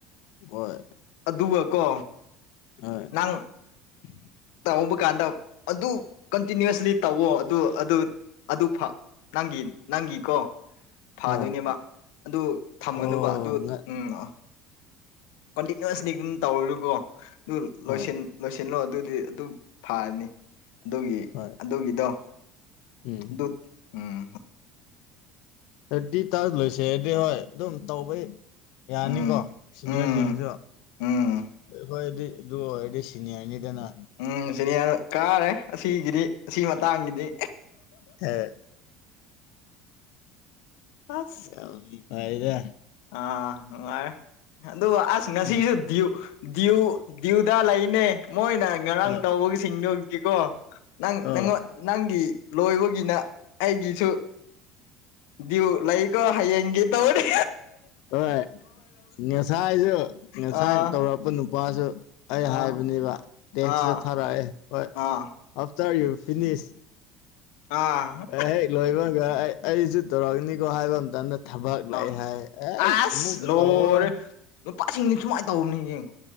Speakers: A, on the left (about 60°); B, on the left (about 80°).
A: ꯍꯣꯏ
B: ꯑꯗꯨꯒ ꯀꯣ
A: ꯍꯣꯏ
B: <unintelligible> ꯇꯧꯕ ꯀꯥꯟꯗ ꯑꯗꯨ ꯀꯟꯇꯤꯅ꯭ꯨꯋꯁꯂꯤ ꯇꯧꯋꯣ ꯑꯗꯨ ꯑꯗꯨ ꯑꯗꯨ ꯐꯥ ꯅꯪꯒꯤ ꯅꯪꯒꯤ ꯀꯣ ꯐꯥꯗꯣꯏꯅꯦꯕ
A: ꯑꯥ
B: ꯑꯗꯨ ꯊꯝꯒꯅꯨꯕ
A: ꯑꯣ
B: ꯑꯗꯨ ꯎꯝ ꯑ ꯀꯟꯇꯤꯅꯨꯋꯁꯂꯤ ꯑꯗꯨꯝ ꯇꯧꯔꯒꯀꯣ ꯑꯗꯨ
A: ꯍꯣꯏ
B: ꯂꯣꯏꯁꯤꯟ ꯂꯣꯏꯁꯤꯜꯂꯣ ꯑꯗꯨꯗꯤ ꯑꯗꯨꯝ ꯐꯥꯔꯅꯤ ꯑꯗꯨꯒꯤ
A: ꯍꯣꯏ
B: ꯑꯗꯨꯒꯤꯗꯣ
A: ꯎꯝ
B: ꯑꯗꯨ ꯎꯝ
A: ꯊꯥꯔꯗꯤ ꯇꯥ ꯂꯣꯏꯁꯦꯔꯗꯤ ꯍꯣꯏ ꯑꯗꯨꯝ ꯇꯧꯕꯩ ꯌꯥꯔꯅꯤꯀꯣ
B: ꯎꯝ
A: ꯁꯤꯅꯤꯌꯥꯔꯁꯤꯡꯁꯨ
B: ꯎꯝ ꯎꯝ
A: ꯍꯣꯏꯑꯗꯤ ꯑꯗꯨ ꯑꯣꯏꯔꯗꯤ ꯁꯤꯅꯤꯌꯥꯔꯅꯤꯗꯅ
B: ꯎꯝ ꯁꯤꯅꯦꯌꯥꯔ ꯀꯥꯔꯦ ꯑꯁꯤꯒꯤꯗꯤ ꯑꯁꯤ ꯃꯇꯥꯡꯒꯤꯗꯤ
A: ꯑꯦ
B: ꯄꯥ
A: <unintelligible>
B: ꯑꯥ ꯅꯨꯡꯉꯥꯏꯔꯦ ꯑꯗꯨꯒ ꯑꯁ ꯉꯁꯤꯁꯨ
A: ꯍꯣꯏ
B: ꯗꯤꯌꯨ ꯗꯤꯌꯨꯎ ꯗꯤꯌꯨꯗꯥ ꯂꯩꯅꯦ ꯃꯣꯏꯅ ꯉꯔꯥꯡ
A: ꯑꯣ
B: ꯇꯧꯕꯒꯤꯁꯤꯡꯗꯨꯒꯤꯀꯣ ꯅꯪ
A: ꯑꯣ
B: ꯅꯉꯣꯟ ꯅꯪꯒꯤ ꯂꯣꯏꯕꯒꯤꯅ ꯑꯩꯒꯤꯁꯨ ꯗꯤꯌꯨ ꯂꯩꯀꯣ ꯍꯌꯦꯡꯒꯤ ꯇꯧꯅꯤ
A: ꯍꯣꯏ ꯉꯁꯥꯏꯁꯨ ꯉꯁꯥꯏ
B: ꯑꯥ
A: ꯇꯧꯔꯛꯄ ꯅꯨꯄꯥꯁꯨ ꯑꯩ
B: ꯑꯥ
A: ꯍꯥꯏꯕꯅꯦꯕ ꯇꯦꯛꯁꯇꯥ
B: ꯑꯥ
A: ꯊꯥꯔꯛꯑꯦ ꯍꯣꯏ
B: ꯑꯥ
A: ꯑꯥꯐꯇꯔ ꯌꯨꯔ ꯐꯤꯅꯤꯁ
B: ꯑꯥ
A: ꯑꯦ ꯍꯦꯛ ꯂꯣꯏꯕꯒ ꯑꯩꯖꯨ ꯇꯧꯔꯛꯅꯤꯀꯣ ꯍꯥꯏꯕ ꯃꯇꯝꯗ ꯊꯕꯛ ꯂꯥꯑꯦ
B: ꯑꯥ
A: ꯍꯥꯏ ꯑꯩ
B: ꯑꯁ
A: ꯑꯃꯨꯛꯀ
B: ꯂꯣꯏꯔꯦ
A: ꯇꯧꯔꯔꯣꯏ
B: ꯅꯨꯄꯥꯁꯤꯡꯗꯤ ꯁꯨꯃꯥꯏꯅ ꯇꯧꯕꯅꯤꯅꯦ